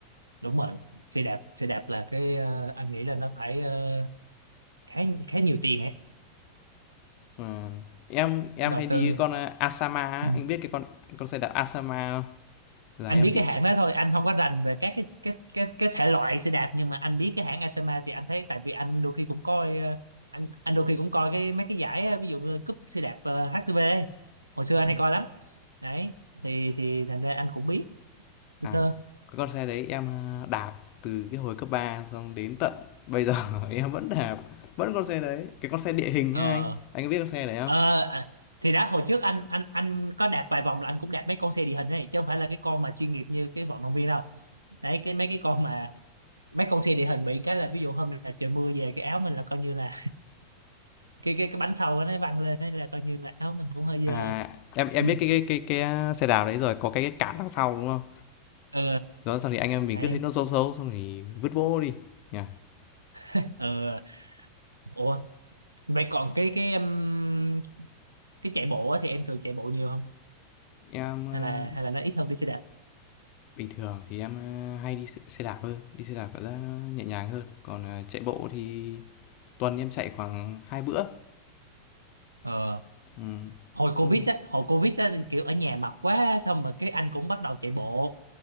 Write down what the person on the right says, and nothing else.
đúng rồi xe đạp xe đạp là cái ờ, anh nghĩ là nó phải ờ, khá khá nhiều tiền ấy
đầu
tư
Ừ.
anh
biết
cái hãng đó thôi anh không có rành về các cái cái cái cái thể loại xe đạp nhưng mà anh biết cái hãng Asama thì anh thấy tại vì anh đôi khi cũng coi ờ, anh anh đôi khi cũng coi cái mấy cái giải ờ, ví dụ như cúp xe đạp ờ, HTV ấy. hồi xưa
anh hay coi lắm đấy thì thì thành ra anh cũng biết sơ
sơ
ờ
ờ à, thì đó hồi trước anh anh anh có đạp vài vòng là anh cũng đạp mấy con xe địa hình này chứ không phải là cái con mà chuyên nghiệp như cái vận động viên đâu đấy cái mấy cái con mà mấy con xe địa hình bị cái là ví dụ hôm nào trời mưa về cái áo mình là coi như là cái cái cái bánh sau nó văng lên đấy là coi như là áo mình cũng hơi
dơ
ừ
ừ
đấy
ừ ủa vậy còn cái cái um, cái chạy bộ á thì em thường chạy bộ nhiều không
hay là hay là nó ít hơn đi xe đạp
ờ
hồi
covid á hồi covid á kiểu ở nhà mập quá xong rồi cái anh cũng bắt đầu chạy bộ